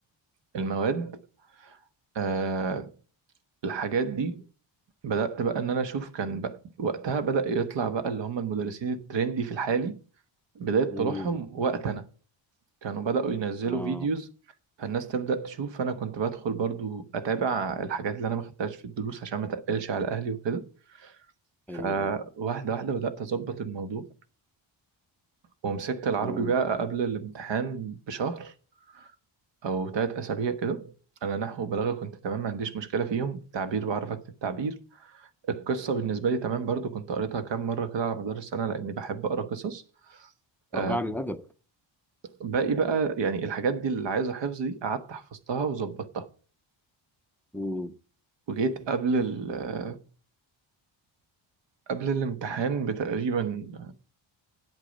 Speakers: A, on the right; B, in the centre.
A: المواد آه، الحاجات دي بدأت بقى ان انا اشوف كان بقى وقتها بدأ يطلع بقى اللي هم المدرسين الترندي في الحالي بداية
B: مم.
A: طلوعهم وقت انا كانوا بدأوا ينزلوا
B: اه
A: فيديوز فالناس تبدأ تشوف فانا كنت بدخل برضو اتابع الحاجات اللي انا ما خدتهاش في الدروس عشان ما تقلش على اهلي وكده فواحدة
B: ايوه ايوه
A: واحدة بدأت أظبط الموضوع ومسكت العربي
B: مم.
A: بقى قبل الامتحان بشهر أو تلات أسابيع كده أنا نحو وبلاغة كنت تمام ما عنديش مشكلة فيهم تعبير بعرف أكتب تعبير القصة بالنسبة لي تمام برضو كنت قريتها كام مرة كده على مدار السنة لأني بحب أقرأ قصص آه،
B: رباعي عن الادب
A: باقي بقى يعني الحاجات دي اللي عايزة حفظ دي قعدت حفظتها وظبطتها
B: مم.
A: وجيت قبل ال آه، قبل الامتحان بتقريبا